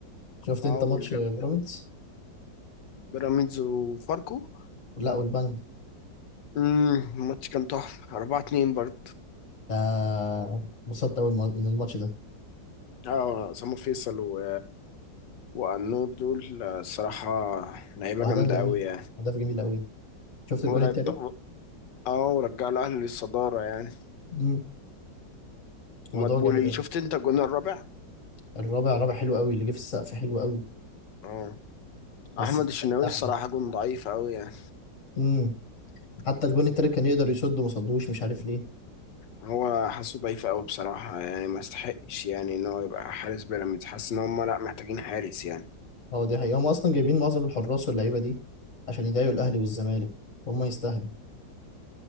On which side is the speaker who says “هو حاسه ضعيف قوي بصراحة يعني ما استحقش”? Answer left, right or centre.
Left